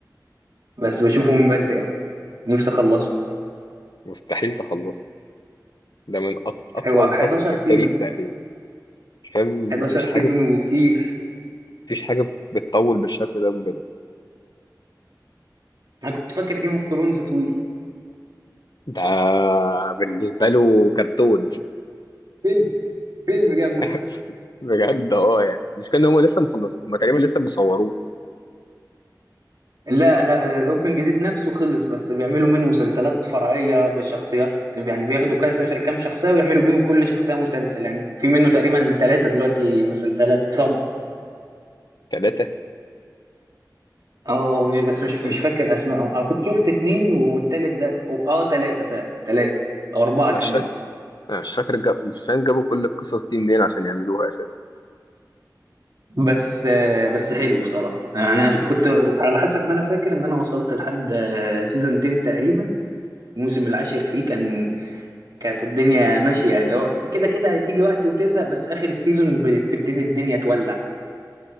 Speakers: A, on the right; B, on the left.
A: بس بشوفه من بدري قوي نفسي اخلصه
B: مستحيل تخلصه ده من أط... اطول
A: هو 11
B: مسلسل في التاريخ
A: سيزون
B: تقريبا مش فاهم
A: 11
B: مفيش
A: سيزون
B: حاجه
A: وكتير
B: مفيش حاجه بتطول بالشكل ده بجد
A: انا كنت فاكر جيم اوف ثرونز طويل
B: ده بالنسبه له كرتون
A: فيلم فيلم جنبه
B: <laughs> بجد اه يعني مش كان هم لسه مخلصين هم تقريبا لسه بيصوروه
A: لا انا ذا ووكينج ديد نفسه خلص بس بيعملوا منه مسلسلات فرعيه بشخصيات يعني بياخدوا كذا ش- كام شخصيه ويعملوا بيهم كل شخصيه مسلسل يعني في منه تقريبا ثلاثه دلوقتي مسلسلات صب
B: ثلاثة
A: اه
B: مش
A: بس مش مش
B: مش
A: فاكر اسمائهم انا كنت شفت اتنين والتالت ده اه ثلاثه فعلا ثلاثه او اربعه
B: مش
A: كمان
B: فاكر مش فاكر جاب... مش فاهم جابوا كل القصص دي منين عشان يعملوها اساسا
A: بس آه، بس حلو بصراحه يعني انا كنت على حسب ما انا فاكر ان انا وصلت لحد سيزون 10 تقريبا الموسم العاشر فيه كان كانت الدنيا ماشيه يعني هو كده كده هتيجي وقت وتزهق بس اخر السيزون بتبتدي الدنيا تولع